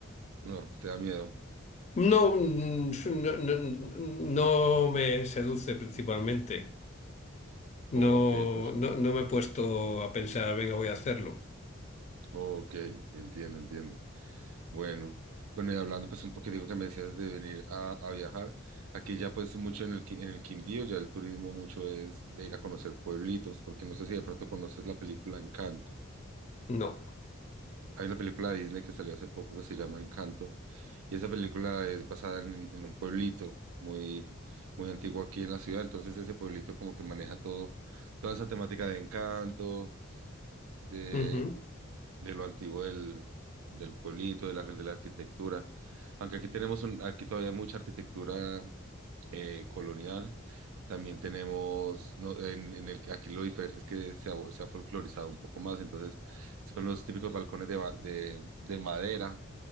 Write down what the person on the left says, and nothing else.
No, mm, no, no, mm, no me seduce principalmente.
No,
no, no me he puesto a pensar, venga, voy a hacerlo.
No.
Ujú,